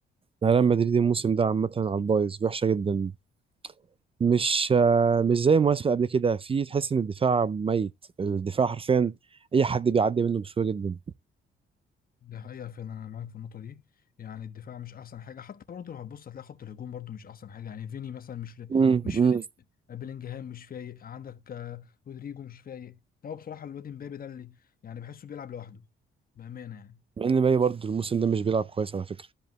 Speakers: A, on the right; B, on the left.
A: أنا ريال مدريد الموسم ده عامه على البايظ وحشه جدا مش آه، مش زي المواسم قبل كده في تحس ان الدفاع ميت الدفاع حرفيا اي حد بيعدي منه بسهوله جدا
B: ده حقيقه فعلا انا معاك في النقطه دي يعني الدفاع مش احسن حاجه حتى برضه لو هتبص هتلاقي خط الهجوم برضه مش احسن حاجه يعني فيني مثلا مش
A: امم
B: مش فايق بيلينجهام مش فايق عندك آه، رودريجو مش فايق هو بصراحه الواد امبابي ده اللي يعني بحسه بيلعب لوحده بامانه يعني
A: مع ان مبابي برضه الموسم ده مش بيلعب كويس على فكره